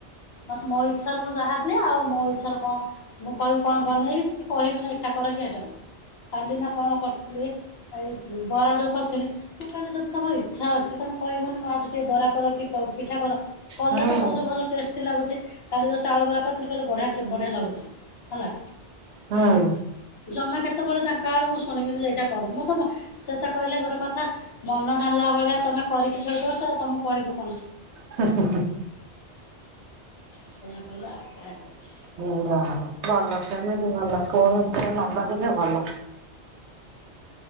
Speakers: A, on the left; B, on the right.
A: ବସ୍ ମୋ ଇଚ୍ଛାରେ ମୁଁ ଯାହା ଦିଏ ଆଉ ମୋ ଇଚ୍ଛାରେ କଣ ମୁଁ କହିବି କଣ ବନେଇବି ସେ କହିବେନି ଏଟା କର କି ହେଟା କର କାଲି ନା କଣ କରିଥିଲି। ଏଇ ବରା ଯୋଉ କରିଥିଲି। ମୁଁ କହିଲି ଯଦି ତମର ଇଚ୍ଛା ଅଛି ତମ କହିବନି ମୁଁ ଆଜି ଟିକେ ବରା କର କି ପିଠା କର। କଲେ
B: ହୁଁ
A: ତ କହୁଚ ଭଲ ଟେଷ୍ଟଟି ଲାଗୁଛି କାଲିର ଚାଉଳ ବରା କରିଥିଲି କହିଲେ ବଢିଆ ବଢିଆ ଲାଗୁଚି। ହେଲା।
B: ହଁ।
A: ଜମା କେତେବେଳେ ତାଙ୍କ ଆଡୁ ମୁଁ ଶୁଣିବିନି ଯେ ଏଇଟା କର ମୁଁ ତ ସେ ତ କହିଲେ ଗୋଟେ କଥା ମନ ଜାଣିଲା ଭଳିଆ ତମେ କରିକି ଥୋଇଦୋଉଛ ଆଉ ତମକୁ କହିବୁ କଣ?
B: ହୁ ହୁ ହୁ
A: ସେଇଆ କହିଲେ ଆଉ କଣ କହିବି।
B: ହୁଁ ଯାହା ଭଲ ସେମିତି ଭଲ କୌଣସିଥିରେ ନଭାବିଲେ ଭଲ।